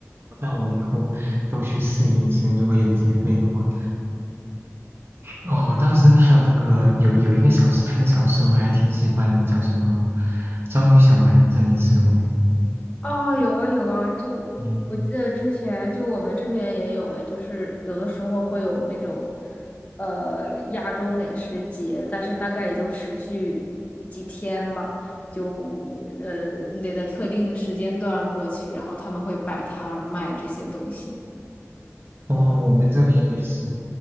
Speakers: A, on the right; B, on the left.
A: 那我以后都去试一试，如果有机会的话。哦，当时还有那个有有一个小吃摊的小吃，我还挺喜欢的，叫什么章鱼小丸子，你吃过没？
B: 啊，有啊有啊，就我记得之前就我们这边也有诶，
A: 嗯，
B: 就是有的时候会有那种呃亚洲美食节，但是大概也就持续几天吧，就呃你得在特定的时间段过去，然后他们会摆摊儿卖这些东西。
A: 哦，我们这边也是，